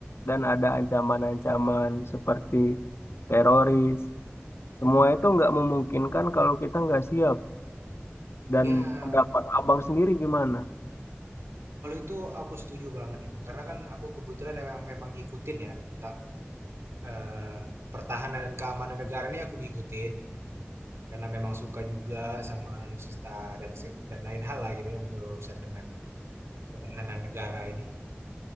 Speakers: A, on the left; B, on the right.
A: dan ada ancaman-ancaman seperti teroris. Semua itu nggak memungkinkan kalau kita nggak siap. Dan
B: Ya
A: pendapat abang sendiri gimana?
B: Kalau itu aku setuju banget emang, karena kan aku kebetulan memang, memang ngikutin ya tentang eh, pertahanan dan keamanan negara ini aku ngikutin karena memang suka juga sama alutsista dan se- dan lain hal lah gitu yang berurusan dengan pertahanan negara ini.